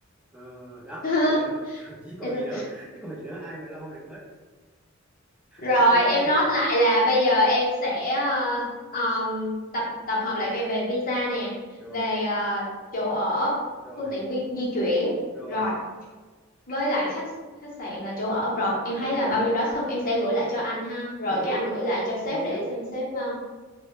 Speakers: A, in the centre; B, on the left.
A: Ờ, đó
B: <laughs>
A: vậy đó <laughs> chứ còn
B: dạ rồi.
A: gì nữa chứ còn gì nữa ai mà lo được hết
B: Rồi
A: ok
B: em
A: chưa
B: nói lại là bây giờ em sẽ ờ, um, tập tập hợp lại cái về visa nè,
A: rồi
B: về ờ, chỗ ở,
A: rồi
B: phương tiện vi, di chuyển,
A: rồi
B: rồi với lại khách khách sạn là chỗ ở rồi. Em
A: rồi
B: thấy là bao nhiêu đó xong em sẽ gửi lại cho anh ha, rồi
A: thiếu
B: cái anh gửi lại cho sếp
A: thiếu
B: để xem sếp lo.